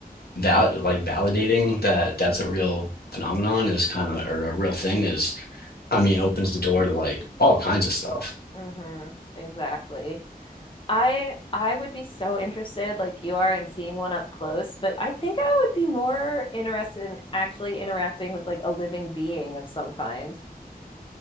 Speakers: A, on the left; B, on the left.
A: val like validating that that's
B: Mhm.
A: a real phenomenon is kind of, or a real thing is, I mean, opens the door to like all kinds of stuff.
B: hmm exactly. I I would be so interested, like you are, in seeing one up close, but I think I would be more interested in actually interacting with like a living being of some kind.